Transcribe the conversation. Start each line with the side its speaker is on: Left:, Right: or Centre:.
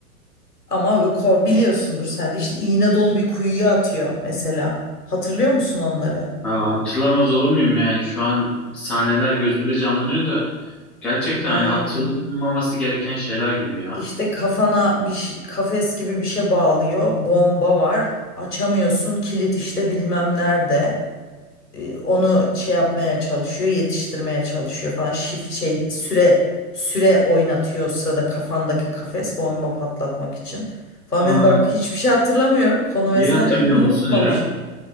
Left: Ama kor biliyorsundur sen de işte iğne dolu bir kuyuya atıyor mesela. Hatırlıyor musun onları?
Centre: Aa, hatırlamaz olur muyum yani şu an sahneler gözümde canlanıyor da gerçekten
Left: Aynen.
Centre: hani hatırlanmaması gereken şeyler gibi ya.
Left: İşte kafana bir şey- kafes gibi bir şey bağlıyor. Bomba var. Açamıyorsun. Kilit işte bilmem nerede. e, onu şey yapmaya çalışıyor, yetiştirmeye çalışıyor falan. Shift şey süre süre oynatıyor o sırada kafandaki kafes bomba patlatmak için. Falan
Centre: Aa,
Left: biz bak hiçbir şey hatırlamıyorum. Konu vesaire
Centre: iyi hatırlıyor
Left: bunu
Centre: musun
Left: unutmamışım.
Centre: İrem?